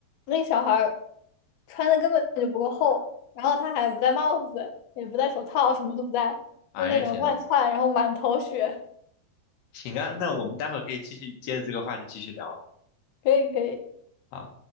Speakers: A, on the left; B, on the left.
A: 那个小孩儿穿的根本就不够厚，然后他还不戴帽子，也不戴手套，什么都不戴，
B: 哎呀天呐，
A: 就那种乱窜，然后满头雪，
B: 行啊，那我们待会儿可以继续接着这个话题继续聊啊。
A: 可以可以。
B: 好